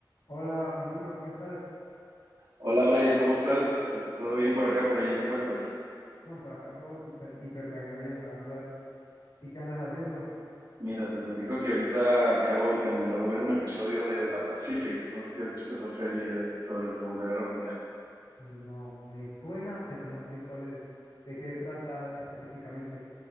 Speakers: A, on the left (about 80°); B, on the right (about 80°).
A: Hola, Flamingo, ¿cómo estás?
B: Hola Brian, ¿cómo estás? Eh, ¿Todo bien por acá, por allá? ¿Qué cuentas?
A: No, por acá todo súper, hiper, mega bien, la verdad. ¿Y qué andas haciendo?
B: Mira, te platico que ahorita acabo de terminar de ver un episodio de The Pacific. No sé si has visto esa serie de- sobre la Segunda Guerra Mundial.
A: Uy, no, me suena, pero no sé cuál es, de qué trata específicamente.